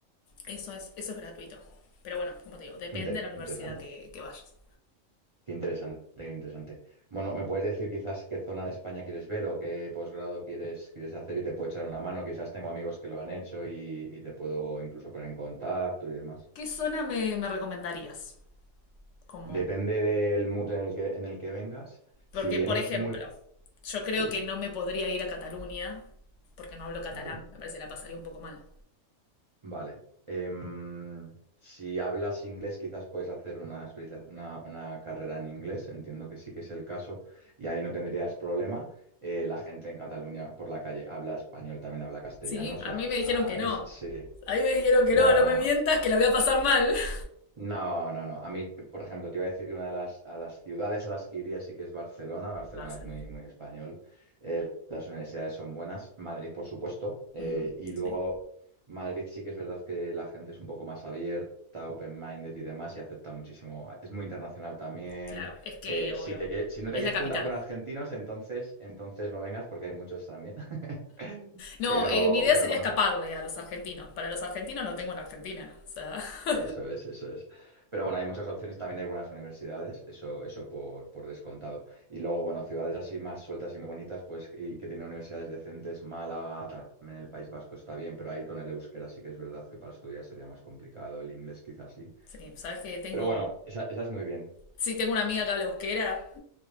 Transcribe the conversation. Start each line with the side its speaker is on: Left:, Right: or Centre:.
Left: eso es, eso es gratuito. Pero bueno, como te digo, depende
Right: Inter-
Left: de la universidad
Right: interesante.
Left: que, que vayas.
Right: Qué interesante, qué interesante. Bueno, ¿me puedes decir quizás qué zona de España quieres ver o qué posgrado quieres, quieres hacer y te puedo echar una mano? Quizás tengo amigos que lo han hecho y, y te puedo incluso poner en contacto y demás.
Left: ¿Qué zona me, me recomendarías? Como,
Right: Depende del mood en el que, en el que vengas.
Left: porque,
Right: Si vienes
Left: por ejemplo,
Right: muy...
Left: yo creo
Right: Sí,
Left: que no me podría ir a Cataluña, porque no hablo catalán,
Right: vale.
Left: me parece que la pasaría un poco mal.
Right: Vale. Em, si hablas inglés, quizás puedes hacer una, especia- una, una carrera en inglés, entiendo que sí que es el caso, y ahí no tendrías problema. Eh, la gente en Cataluña por la calle habla español, también habla castellano,
Left: Sí,
Right: o sea,
Left: a mí me dijeron
Right: ah,
Left: que no.
Right: es, sí.
Left: A mí me dijeron que
Right: Bueno.
Left: no, no me mientas, que la voy a pasar mal. <laughs>
Right: No, no, no. A mí, por ejemplo, te iba a decir que una de las, a las ciudades a las que iría sí que es Barcelona. Barcelona
Left: Barcen.
Right: es muy, muy español. Eh, las universidades son buenas. Madrid, por supuesto. Eh,
Left: Mm,
Right: y luego
Left: sí,
Right: Madrid sí que es verdad que la gente es un poco más abierta, open-minded y demás, y acepta muchísimo. Es muy internacional también.
Left: claro, es que
Right: Eh,
Left: obvio,
Right: si te, quie- si no
Left: es
Right: te quieres
Left: la capital.
Right: juntar con argentinos, entonces, entonces no vengas porque hay muchos también. <laughs>
Left: No,
Right: Pero,
Left: eh, mi idea
Right: pero
Left: sería
Right: conoces.
Left: escaparle a los argentinos. Para los argentinos no tengo en Argentina. O sea, <laughs>
Right: Eso es, eso es. Pero bueno, hay muchas opciones, también hay buenas universidades, eso, eso por, por descontado. Y luego, bueno, ciudades así más sueltas y muy bonitas, pues, y que tienen universidades decentes, Málaga, también el País Vasco está bien, pero ahí con el euskera sí que es verdad que para estudiar sería más complicado, el inglés quizás sí.
Left: sí, sabes que tengo,
Right: Pero bueno, esa, esa es muy bien.
Left: sí tengo una amiga que habla euskera,